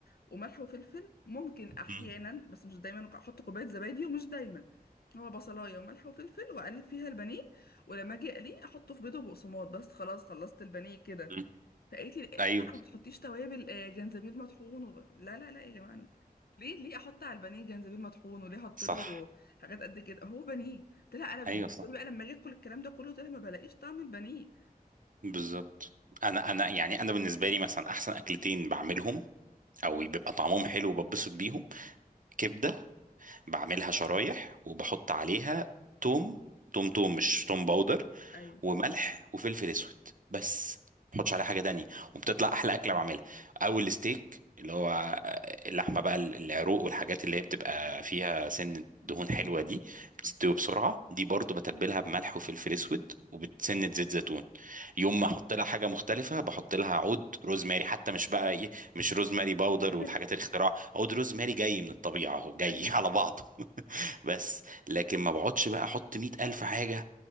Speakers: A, on the left; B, on the right.
A: وملح وفلفل ممكن أحيانا
B: مم.
A: بس مش دايما أحط كوباية زبادي ومش دايما هو بصلاية وملح وفلفل وأقلب فيها البانيه ولما أجي أقليه أحطه في بيض وبقسماط بس خلاص خلصت البانيه كده
B: مم.
A: فقالت لي لا
B: ايوه
A: ما تحطيش توابل آه، جنزبيل مطحون و... لا لا لا يا جماعه أنا... ليه ليه احط على البانيه جنزبيل مطحون وليه احط
B: صح
A: له حاجات قد كده هو بانيه قلت لها انا بالنسبه
B: ايوه صح
A: لي بقى لما اجي اكل الكلام ده كله قلت لها ما بلاقيش طعم البانيه
B: بالظبط انا انا يعني انا بالنسبه لي مثلا احسن اكلتين بعملهم او
A: اه
B: بيبقى طعمهم حلو وببسط بيهم كبده بعملها شرايح وبحط عليها توم توم
A: اه
B: توم مش توم باودر
A: ايوه
B: وملح وفلفل اسود بس ما تحطش عليها حاجه تانية وبتطلع احلى اكله بعملها او الستيك اللي هو اللحمه بقى العروق والحاجات اللي هي بتبقى فيها سنه دهون حلوه دي بتستوي
A: آه.
B: بسرعه دي برضو بتبلها بملح وفلفل اسود وبتسنه زيت زيتون يوم ما احط لها حاجه مختلفه بحط لها عود روزماري حتى مش بقى ايه مش روزماري باودر
A: <laughs>
B: والحاجات الاختراع عود روزماري جاي من الطبيعه هو جاي
A: ايوه
B: <laughs> على بعضه بس لكن
A: أيوة.
B: ما بقعدش بقى احط مية الف حاجه